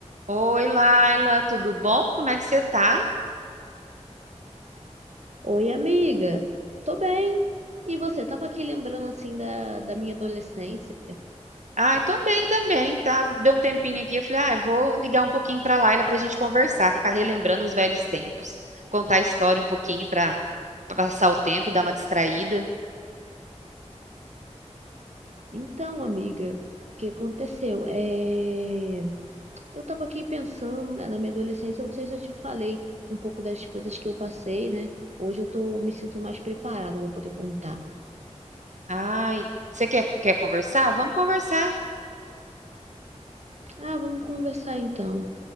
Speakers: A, on the right; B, on the right.
A: Oi, Laila, tudo bom? Como é que você tá?
B: Oi, amiga. Tô bem. E você? Tava aqui lembrando assim da, da minha adolescência.
A: Ai, tô bem também, tá? Deu um tempinho aqui, eu falei, ah, eu vou ligar um pouquinho pra Laila pra gente conversar, ficar relembrando os velhos tempos, contar a história um pouquinho pra pra passar o tempo, dar uma distraída.
B: Então, amiga, o que aconteceu? É... Eu tava aqui pensando, né, na minha adolescência. Eu não sei se eu te falei um pouco das coisas que eu passei, né? Hoje eu tô me sinto mais preparada para poder contar.
A: Ai, você quer, quer conversar? Vamos conversar.
B: Ah, vamos conversar então.